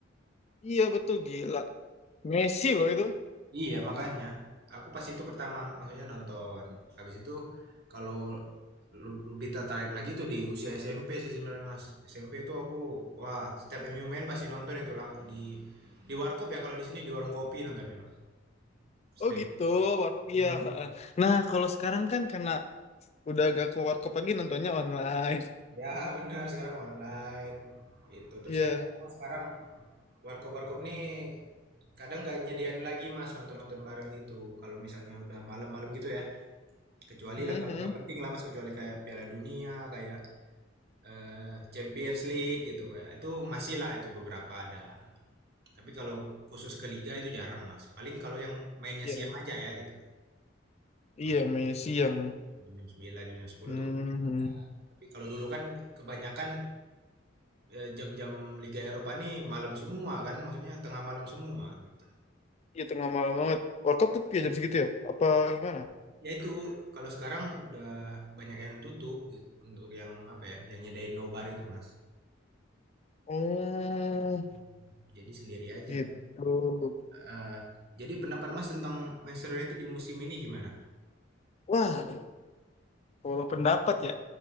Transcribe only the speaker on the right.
Iya makanya aku pas itu pertama maksudnya nonton. Habis itu kalau lu- lebih tertarik lagi tuh di usia SMP sih sebenarnya Mas. SMP tuh aku wah setiap MU main pasti nonton itu lah. di di warkop ya kalau di sini di warung kopi nontonnya Mas. Stream.
Hmm.
Ya benar sekarang online itu terus
kan sekarang warkop-warkop nih kadang nggak nyediain lagi mas nonton-nonton bareng itu kalau misalnya udah malam-malam gitu ya Kecuali
laga-laga penting lah Mas, kecuali kayak Piala Dunia, kayak eh, Champions League gitu kayak. Itu masih lah itu beberapa ada. Tapi kalau khusus ke liga itu jarang Mas. Paling kalau yang mainnya
siang aja ya gitu. Maksudnya
jam sembilan jam jam sepuluh
tuh masih ada. Tapi kalau dulu kan kebanyakan eh, jam-jam Liga Eropa nih malam semua kan, maksudnya tengah malam semua gitu.
Ya itu kalau sekarang udah banyak yang tutup gitu untuk yang apa ya, yang nyedain nobar itu Mas.
Mmm, jadi sendiri aja,
heeh. Jadi pendapat Mas tentang Manchester United di musim ini gimana?